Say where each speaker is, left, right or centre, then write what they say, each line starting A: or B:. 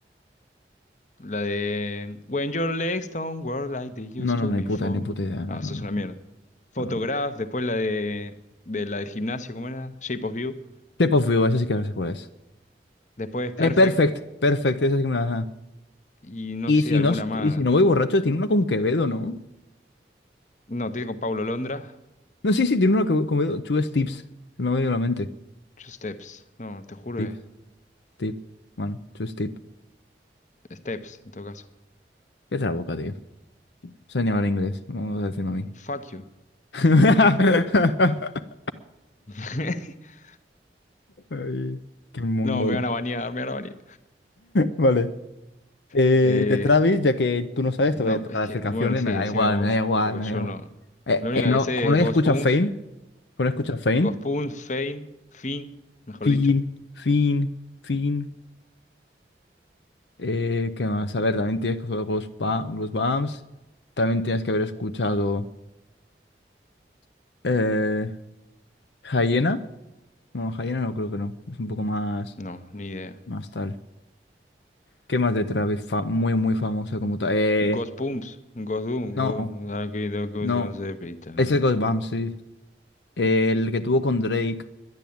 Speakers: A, on the left; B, on the left.
A: La de When your legs don't work like they used
B: No, no,
A: to
B: no,
A: before.
B: ni puta, ni puta idea. No,
A: Ah,
B: no,
A: eso
B: no.
A: es una mierda. Photograph,
B: no, no, no.
A: después la de, de la de gimnasio, ¿cómo era? Shape of You.
B: Shape of You, ese sí que no sé cuál es.
A: Después Perfect.
B: Eh, Perfect, Perfect, esa sí que me la... ajá.
A: Y no
B: Y
A: sé,
B: si
A: alguna
B: no,
A: más.
B: y si no voy borracho, tiene una con Quevedo, ¿no?
A: No, tiene con Paulo Londra.
B: No, sí, sí, tiene una con con Quevedo. Two Steps, se me ha venido a la mente.
A: Two Steps. No, te juro.
B: Tips,
A: eh.
B: tip, bueno, two step.
A: Steps, en todo caso.
B: Qué la boca, tío. Sé ni hablar inglés, vamos a decirlo a mí.
A: Fuck you.
B: <laughs>
A: <laughs>
B: Ay, qué mongola.
A: No, me van a banear, me van a banear.
B: Vale. Eh,
A: Eh,
B: de Travis, ya que tú no sabes,
A: no,
B: te voy a dejar
A: es que,
B: de hacer
A: bueno,
B: canciones,
A: sí,
B: me da
A: decime
B: igual,
A: vos,
B: me da igual,
A: porque
B: me da
A: yo
B: igual.
A: no.
B: Eh,
A: Lo único
B: eh, no,
A: que sé
B: como
A: es
B: no
A: Ghost
B: he escuchado
A: Puns,
B: Fame, como no he escuchado Fame,
A: Ghost Puns, Fein, Fin, mejor
B: Fin,
A: dicho.
B: fin, fin. Eh, ¿qué más? A ver, también tienes que jugar los, ba- los BAMs. También tienes que haber escuchado eh, Hyena. No, Hyena no creo que no. Es un poco más,
A: No, ni idea.
B: más tal. ¿Qué más de Travis? Fa- muy, muy famosa como tal. Eh,
A: Ghost Pumps, Ghost Doom,
B: no,
A: Ghost... Aquí dos cosas
B: no.
A: se pitan,
B: Ese
A: eh.
B: es Ghost Bump, sí. El que tuvo con Drake.